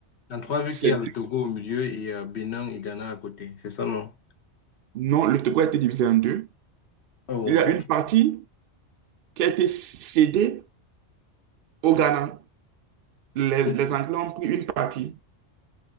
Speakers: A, on the left (about 65°); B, on the right (about 60°).
A: En trois, vu
B: c'est-
A: qu'il y a le Togo au milieu et euh, Bénin et Ghana à côté. C'est ça, non?
B: non, le Togo a été divisé en deux.
A: Oh,
B: Il y a
A: ok.
B: une partie qui a été cédée au Ghana. Les,
A: Ok.
B: les Anglais ont pris une partie.